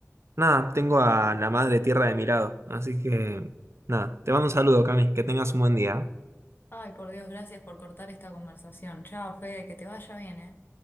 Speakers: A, on the right; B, on the left.
A: Nada, tengo a la madre tierra de mi lado. Así que, nada, te mando un saludo, Cami. Que tengas un buen día.
B: Ay, por Dios, gracias por cortar esta conversación. Chao, Fede, que te vaya bien, ¿eh?